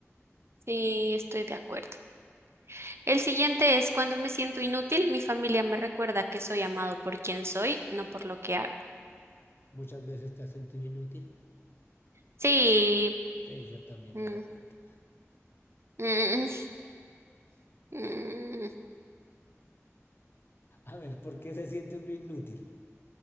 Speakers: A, on the right; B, on the left.
A: Sí, estoy de acuerdo. El siguiente es cuando me siento inútil, mi familia me recuerda que soy amado por quien soy, no por lo que hago.
B: Muchas veces te has sentido inútil.
A: Sí.
B: Sí, yo también
A: mm,
B: me he dado cuenta.
A: mm, mm,
B: A ver, ¿por qué se siente uno inútil?